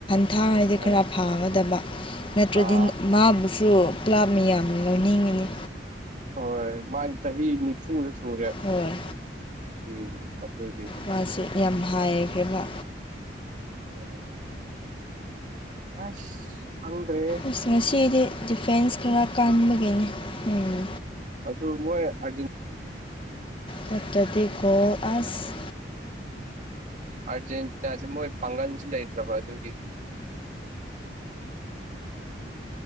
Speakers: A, on the left; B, on the right.
A: ꯊꯥꯡꯗꯤ ꯈꯔ
B: ꯑ
A: ꯐꯥꯒꯗꯕ ꯅꯠꯇ꯭ꯔꯗꯤ
B: ꯑꯥ
A: ꯃꯥꯕꯨ ꯇꯨ ꯀ꯭ꯂꯥꯕ ꯃꯤ ꯌꯥꯝꯅ ꯂꯧꯅꯤꯡꯉꯤꯅꯤ
B: ꯑꯣ ꯃꯥꯟꯇꯍꯤ ꯅꯤꯐꯁ ꯁꯌꯥ
A: ꯍꯣꯏ
B: ꯎꯝ ꯑꯗꯨꯒꯤ
A: ꯃꯥꯁꯦ ꯌꯥꯝ ꯍꯥꯏꯒꯦꯕ
B: ꯑꯣ ꯍ ꯑꯁ ꯈꯪꯗ꯭ꯔꯦꯍꯦ
A: ꯑꯁ ꯉꯁꯤꯗꯤ ꯗꯤꯐꯦꯟꯁ ꯈꯔ ꯀꯥꯟꯕꯒꯤꯅꯤ ꯎꯝ
B: ꯑꯗꯨ ꯑꯗꯨ ꯃꯣꯏ ꯑꯔꯖꯦꯟ
A: ꯅꯠꯇꯗꯤꯀꯣ ꯑꯁ
B: ꯑꯥꯔꯖꯦꯟꯇꯤꯅꯥꯁꯦ ꯃꯣꯏ ꯄꯥꯡꯒꯟꯁꯨ ꯂꯩꯇ꯭ꯔꯕ ꯑꯗꯨꯒꯤ <inaudible>